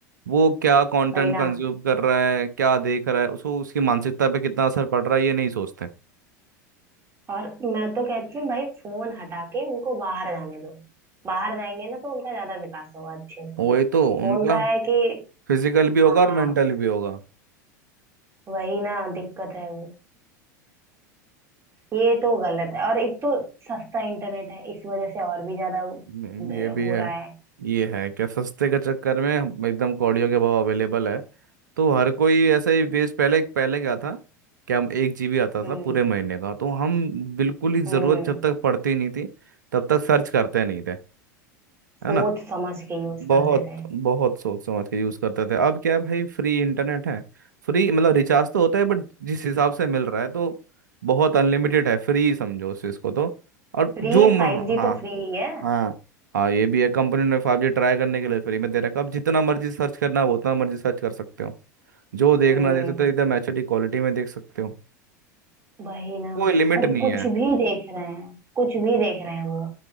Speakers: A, on the right (about 80°); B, on the right (about 30°).
A: वो क्या कंटेंट
B: वही ना
A: कंज्यूम कर रहा है क्या देख रहा है उसको उसकी मानसिकता पे कितना असर पड़ रहा है ये नहीं सोचते
B: और मैं तो कहती हूँ भाई फोन हटा के उनको बाहर जाने दो बाहर जाएंगे ना तो उनका ज्यादा विकास होगा अच्छे से
A: वही तो
B: फोन
A: उनका
B: का है कि
A: फिजिकल भी होगा
B: हाँ
A: और मेंटल भी होगा
B: वही ना दिक्कत है वो ये तो गलत है और एक तो सस्ता इंटरनेट है इस वजह से और भी ज्यादा अ,
A: हम्म, ये भी
B: हो
A: है
B: रहा है
A: ये है क्या सस्ते के चक्कर में हम- एकदम कौड़ियों के भाव अवेलेबल है तो हर कोई ऐसा ही बेस पहले पहले क्या था कि हम एक जीबी आता
B: हम्म
A: था पूरे महीने का तो हम बिल्कुल ही जरूरत
B: हम्म
A: जब तक पड़ती नहीं थी तब तक सर्च करते नहीं थे है
B: सोच
A: ना
B: समझ के यूज
A: बहुत
B: करते थे
A: बहुत सोच समझ के यूज करते थे अब क्या है भाई फ्री इंटरनेट है फ्री मतलब रिचार्ज तो होता है बट जिस हिसाब से मिल रहा है तो बहुत अनलिमिटेड है फ्री समझो उस चीज को तो और
B: फ्री
A: जो म-
B: फाइव जी
A: हाँ
B: तो फ्री ही है
A: हाँ हाँ ये भी है कंपनी ने फाइव जी ट्राई करने के लिए फ्री में दे रखा है अब जितना मर्जी सर्च करना हो उतना मर्जी सर्च कर सकते हो जो देखना
B: हम्म
A: देख सकते हो एकदम एच डी क्वालिटी में देख सकते हो
B: वही ना
A: कोई लिमिट
B: और
A: नहीं
B: कुछ
A: है
B: भी देख रहे हैं कुछ भी देख रहे हैं वो